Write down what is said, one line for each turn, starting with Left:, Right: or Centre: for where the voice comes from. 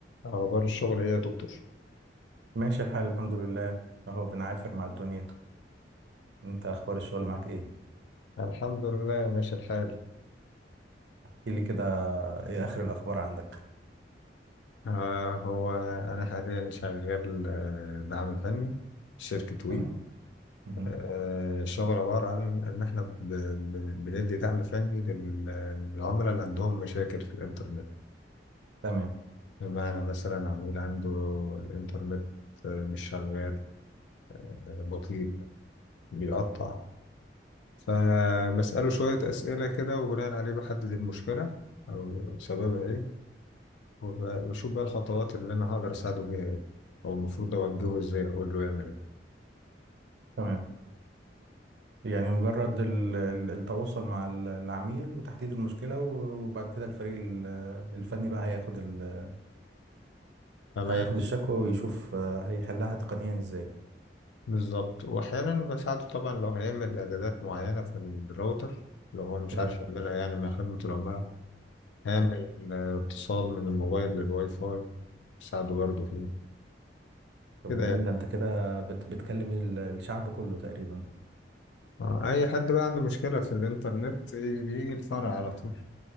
Left: أخبار الشغل إيه يا دكتور؟
Right: ماشي الحال الحمد لله اهو بنعافر مع الدنيا انت اخبار الشغل معاك ايه
Left: الحمد لله ماشي الحال
Right: احكي لي كده ايه اخر الاخبار عندك
Left: آه هو أنا حاليا شغال آه، دعم فني في شركة
Right: تمام
Left: وي
Right: مهم.
Left: آه الشغل عبارة عن إن إحنا ب- ب- بندي دعم فني لل- للعملاء اللي عندهم مشاكل في الإنترنت
Right: تمام
Left: بمعنى مثلا عميل عنده الإنترنت آه، مش شغال آه، بطيء بيقطع فبسأله شوية أسئلة كده وبناء عليه بحدد المشكلة أو سببها إيه وبشوف بقى الخطوات اللي انا هقدر اساعده بيها ايه او المفروض اوجهه ازاي اقول له يعمل ايه
Right: تمام يعني مجرد ال- ال- التواصل مع ال- العميل وتحديد المشكلة و- وبعد كده الفريق ال- الفني بقى هياخد ال-
Left: تمام
Right: هياخد الشكوى ويشوف آه، هيحلها تقنيا ازاي
Left: بالظبط واحيانا بساعده طبعا لو هيعمل اعدادات معينه في الراوتر لو هو مش
Right: تمام
Left: عارف يعملها يعني مع خدمه العملاء هيعمل
Right: مم.
Left: آه، اتصال من الموبايل للواي فاي بساعده برضه فيه
Right: طب
Left: كده
Right: جميل
Left: يعني
Right: ده انت كده بت بتكلم ال- الشعب كله تقريبا
Left: آه، اي حد بقى عنده مشكله في الانترنت إيه، بيجي الفرع على طول